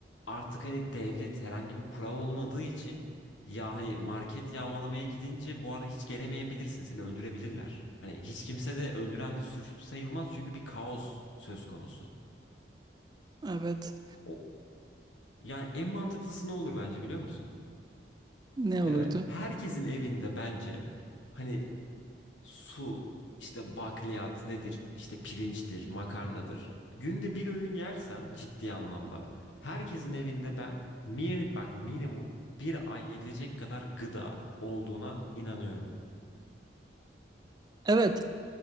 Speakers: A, on the left; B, on the right.
A: artık hani devlet herhangi bir kural olmadığı için ya hani market yağmalamaya gidince bu ara hiç gelemeyebilirsin. Seni öldürebilirler. Hani hiç kimse de öldüren de suçlu sayılmaz çünkü bir kaos söz konusu.
B: Evet.
A: O, yani en mantıklısı ne olur bence biliyor musun?
B: Ne olurdu?
A: Ee, herkesin evinde bence hani su, işte bakliyat nedir? İşte pirinçtir, makarnadır. Günde bir öğün yersen ciddi anlamda herkesin evinde ben mir bak minimum bir ay yetecek kadar gıda olduğuna inanıyorum.
B: Evet.